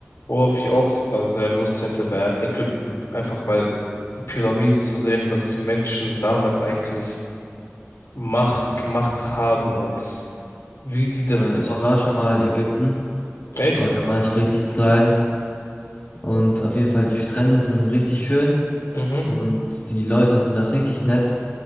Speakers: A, on the left; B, on the left.
A: Worauf ich auch mal sehr Lust hätte, wäre Ägypten. Einfach mal die Pyramiden zu sehen, was die Menschen damals eigentlich mach gemacht haben und wie die das
B: Äh,
A: gemacht
B: ich war schon
A: haben.
B: mal in Ägypten,
A: Echt?
B: aber da war ich richtig klein und auf jeden Fall die Strände sind richtig schön
A: Mhm.
B: und die Leute sind da richtig nett,